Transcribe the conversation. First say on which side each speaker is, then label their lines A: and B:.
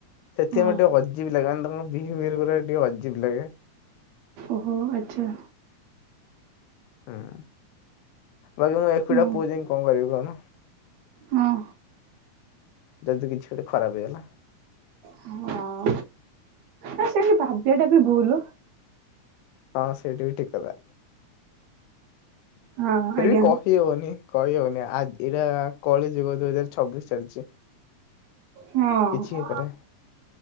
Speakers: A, on the left (about 85°); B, on the right (about 75°).
A: ସେଥିପାଇଁ
B: ହଁ।
A: ଟିକେ ଅଜିବି ଲାଗେ ମାନେ ତାଙ୍କ ବିହେଭିୟର ଟିକେ ଅଜି ଅଜିବ ଲାଗେ।
B: ଓହୋ ଆଚ୍ଛା।
A: ହୁଁ। ବାକି ମୁଁ ଏକୁଟିଆ
B: ହୁଁ
A: ପୁଅ ଯାଇକି କଣ କରିବି କହୁନ?
B: ହଁ।
A: ଯଦି କିଛି ଗୋଟେ ଖରାପ ହେଇଗଲା।
B: ହଁ ନା ସେତି ଭାବିବଟା ବି ଭୁଲ
A: ହଁ ସେଇଟା ବି ଠିକ୍ କଥା।
B: ହଁ
A: ଫିର୍ବି
B: ଆଜ୍ଞା।
A: କହି ହଉନି କହି ହଉନି ଆଜି ଏଇଟା କଳିଯୁଗ ଦୁଇ ହଜାର ଛବିଶ ଚାଲିଛି।
B: ହଁ।
A: କିଛି କରେ